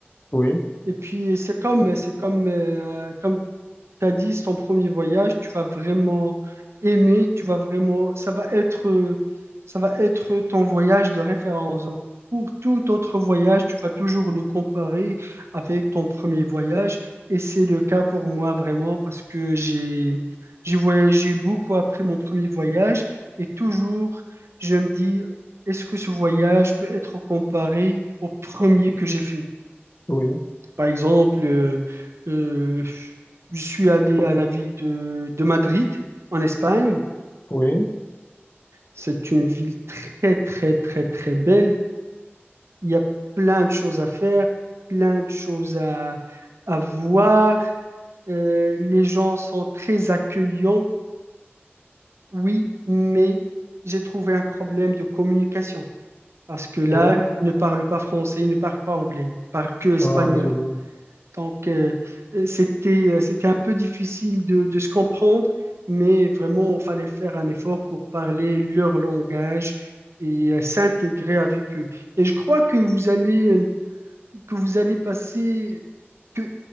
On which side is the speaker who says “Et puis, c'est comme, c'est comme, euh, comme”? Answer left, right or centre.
Right